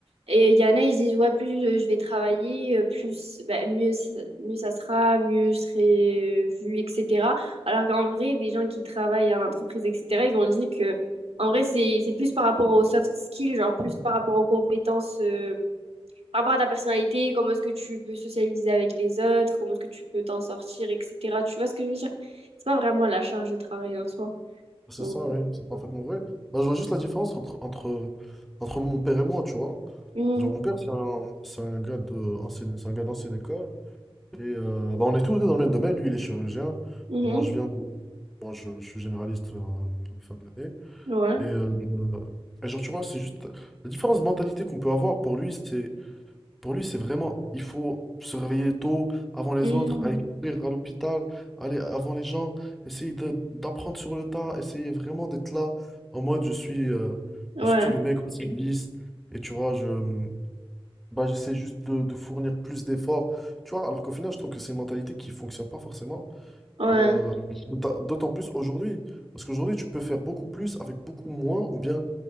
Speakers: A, on the right (about 85°); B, in the centre.
A: Et il y en a, ils disent, ouais, plus euh, je vais travailler, euh, plus, bah, mieux, c- mieux ça sera, mieux je serai vu, etc. Alors qu'en vrai, des gens qui travaillent en entreprise, etc., ils ont dit que, en vrai, c'est, c'est plus par rapport aux soft skills, genre, plus par rapport aux compétences. euh, par rapport à ta personnalité, comment est-ce que tu peux socialiser avec les autres, comment est-ce que tu peux t'en sortir, etc. Tu vois ce que je veux dire? C'est pas vraiment la charge de travail en soi.
B: C'est
A: Donc,
B: ça, oui, c'est parfaitement
A: euh,
B: vrai. Moi, je vois juste la différence entre, entre, entre mon père et moi, tu vois.
A: mm,
B: Genre, mon père, c'est un, c'est un gars de ancienne, c'est un gars d'ancienne école. Et euh, bah, on est tous les deux dans le même domaine. Lui, il est chirurgien.
A: mhm,
B: Moi, je viens de, moi, je, je suis généraliste vers euh, la fin de l'année.
A: ouais,
B: Et, euh, Mhm. et genre, tu vois, c'est juste la différence de mentalité qu'on peut avoir. Pour lui, c'est, pour lui, c'est vraiment, il faut se réveiller tôt, avant les
A: mm,
B: autres, aller courir à l'hôpital, aller avant les gens, essayer de- d'apprendre sur le tas, essayer vraiment d'être là en mode, je suis, euh,
A: ouais,
B: je suis le mec au service. Et tu vois, je, bah, j'essaie juste de, de fournir plus d'efforts, tu vois, alors qu'au final, je trouve que c'est une mentalité qui fonctionne pas forcément,
A: ouais,
B: euh, d'autant d'autant plus aujourd'hui, parce qu'aujourd'hui, tu peux faire beaucoup plus avec beaucoup moins, ou bien